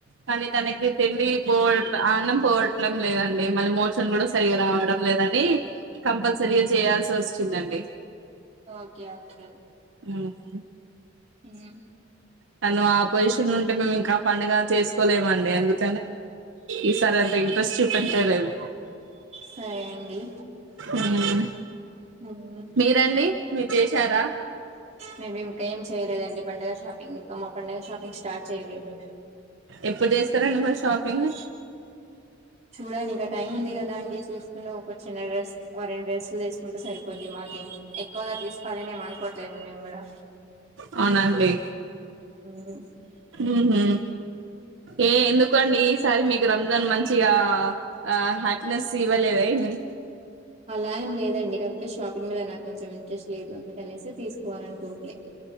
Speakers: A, on the right (about 75°); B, on the right (about 35°).
A: కానీ తనకి తిండి పోల్ అన్నం పోవటం లేదండి మళ్ళీ మోచన్ కూడా సరిగా రావడం లేదని కంపల్సరిగా చేయాల్సి వస్తుదండి
B: ఓకే ఓకే
A: హుహు
B: హు
A: తను ఆ పొజిషన్ లో ఉంటే మేము ఇంకా పండుగ చేసుకోలేమండి అందుకు ఈసారి అంత ఇంట్రెస్ట్ చూప క లేదు
B: సరే అండి
A: ఉహ్
B: మ్మ్
A: మీరండి మీరు చేసారా
B: మేం ఇంకా ఏం చేయలేదండి పండుగ షాపింగ్ ఇంకా మా పండుగ షాపింగ్ స్టార్ట్ చేయలేదు
A: ఎప్పుడు చేస్తారండి మరి షాపింగ్
B: చూడాలి ఇంకా టైమ్ ఉంది కదా అండి చూసుకున్న ఒక చిన్న డ్రెస్ వరిన డ్రెస్సులు తీసుకుంటే సరిపోద్ది మాకు ఇం ఎక్కువగా తీసుకోవాలిని ఏం అనుకోవట్లేండి మేము కూడా
A: అవునండి
B: హుం
A: ఊహు ఏ ఎందుకండి ఈసారి మీకు రంజాన్ మంచిగా ఆ హ్యాపీనెస్ ఇవ్వలేద ఏంది
B: టైం లేదండి కాకపోతే షాపింగ్ మీద నాకు కొంచెం ఇంట్రెస్ట్ లేదు అందుకనేసి తీసుకోవాల అనుకోంట్లే